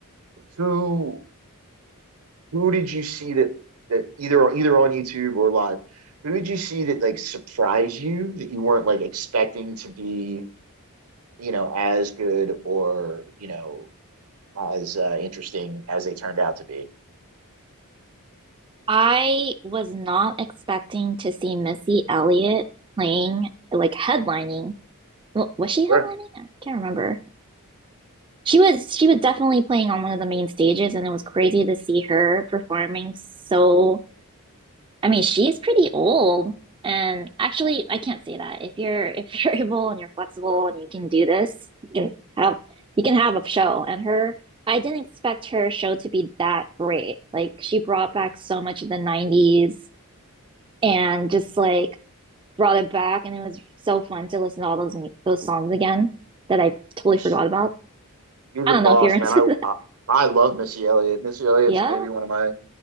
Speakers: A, on the right; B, on the right.
A: who who did you see that that either either on YouTube or live? Who did you see that like surprised you that you weren't like expecting to be you know as good or you know as uh, interesting as they turned out to be?
B: I was not expecting to see Missy Elliott playing like headlining. Wa- Was she
A: Sure.
B: headlining? I can't remember. She was she was definitely playing on one of the main stages and it was crazy to see her performing so I mean, she's pretty old. And actually, I can't say that. If you're <laughs> if you're able and you're flexible and you can do this, you can have you can have a show. And her, I didn't expect her show to be that great. Like she brought back so much of the 90s and just like brought it back and it was so fun to listen to all those those songs again that I totally
A: Yes.
B: forgot about.
A: He's
B: I
A: a
B: don't
A: boss,
B: know if you're <laughs> into
A: man. I
B: that.
A: I, I love Missy Elliott. Missy Elliott's
B: Yeah.
A: maybe one of my